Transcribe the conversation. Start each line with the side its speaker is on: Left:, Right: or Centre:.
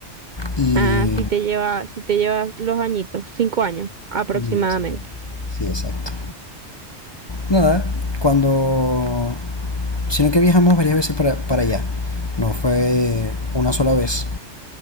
Left: y...
Right: Ah, si te lleva, si te llevas los añitos, cinco años aproximadamente.
Left: y yo 50. Sí, exacto. Nada, cuando... Sino que viajamos varias veces para, para allá. No fue una sola vez,